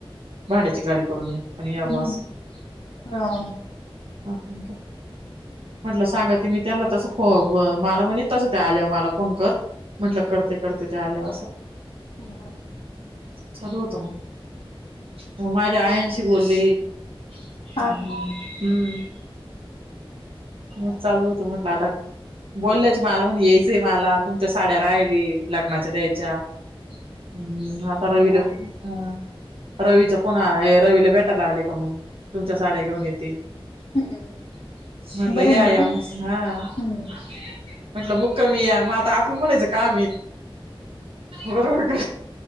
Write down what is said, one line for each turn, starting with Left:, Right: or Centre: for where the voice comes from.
Right: भाड्याची गाडी करून या पण या
Left: हम्म
Right: ब अस-
Left: हा
Right: आणि काय म्हटलं सांगा की मी त्यांना तसं मला म्हणे तसं त्या आल्यावर मला फोन कर म्हटल करते करते ते आले असं.
Left: हम्
Right: चालू होतं मग. मग माझ्या आयांशी बोलले हम्म.
Left: हा का
Right: मग चालू होत म्हटलं आता बोलल्यायचे मला म्हण यायचंय मला तुमच्या साड्या राहिली लग्नाच्या द्यायच्या. हम्म आ रवी हा. रवीचा फोन रवीला भेटायला आले का मग तुमच्या साड्या घेऊन येते.
Left: हम्म
Right: म्हटलं
Left: बरं
Right: या
Left: मग
Right: या
Left: काय
Right: मस हा म्हटलं
Left: हम्म
Right: मुक्कमी या मग आता आपलं म्हणायचं काम बरोबर का